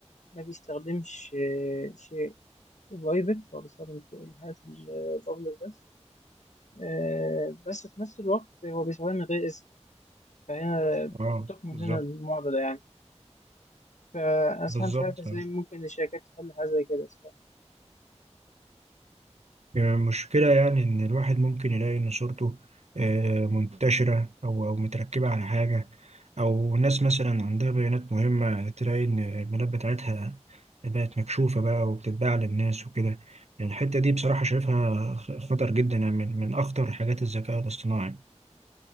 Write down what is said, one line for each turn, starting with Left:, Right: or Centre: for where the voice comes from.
Left: ما بيستخدمش آه، شيء برايفت هو بيستخدم كل الحاجات البابليك بس آه، بس في نفس الوقت هو بيستخدمها من غير إذن فهنا
Right: اه
Left: بتكمن
Right: بالظبط
Left: هنا المعضلة يعني. فأنا صراحة
Right: بالظبط
Left: مش عارف إزاي
Right: يعني
Left: ممكن الشركات تحل حاجة زي كده الصراحة
Right: المشكله يعني ان الواحد ممكن يلاقي ان صورته آه، منتشره او او متركبه على حاجه او ناس مثلا عندها بيانات مهمه تلاقي ان البيانات بتاعتها بقت مكشوفه بقى وبتتباع للناس وكده يعني الحته دي بصراحه شايفها خ- خطر جدا يعني من من اخطر حاجات الذكاء الاصطناعي